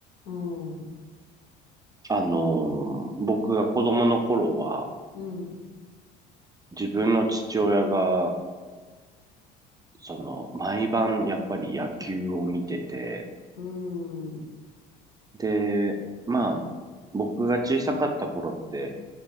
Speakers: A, on the left; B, on the right.
A: うん。
B: あのー僕が子供の頃は、
A: うん。
B: 自分の父親が、その、毎晩やっぱり野球を見てて、
A: うん。うん。
B: で、まあ、僕が小さかった頃って